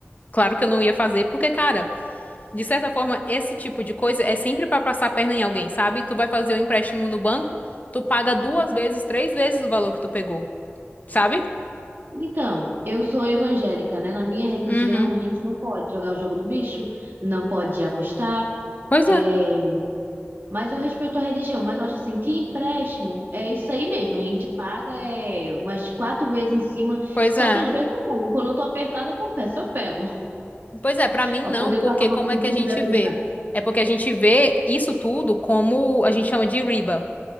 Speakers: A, on the left; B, on the right.
A: claro que eu não ia fazer, porque, cara, de certa forma, esse tipo de coisa é sempre pra passar a perna em alguém, sabe? Tu vai fazer o empréstimo no banco, tu paga duas vezes, três vezes o valor que tu pegou, sabe?
B: Então, eu sou evangélica, né? Na minha religião,
A: Uhum.
B: a gente não pode jogar o jogo do bicho, não pode apostar.
A: Pois
B: é,
A: é.
B: Mas eu respeito a religião, mas eu acho assim, que empréstimo é isso aí mesmo. A gente paga é, umas quatro vezes em cima,
A: Pois
B: só
A: é.
B: que às vezes eu pego. Quando eu tô apertada, eu confesso, eu pego.
A: Pois é, pra
B: <laughs>
A: mim
B: Pra
A: não,
B: poder
A: porque
B: pagar uma
A: como
B: continha
A: é que a gente
B: que eu me apertar.
A: vê? É porque a gente vê isso tudo como a gente chama de riba,